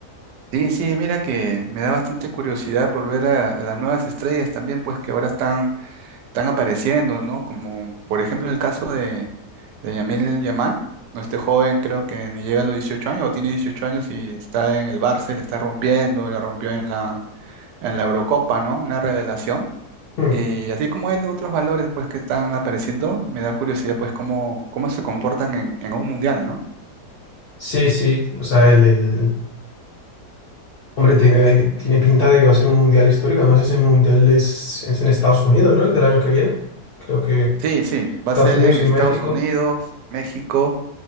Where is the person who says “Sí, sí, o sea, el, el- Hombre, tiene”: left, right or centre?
Left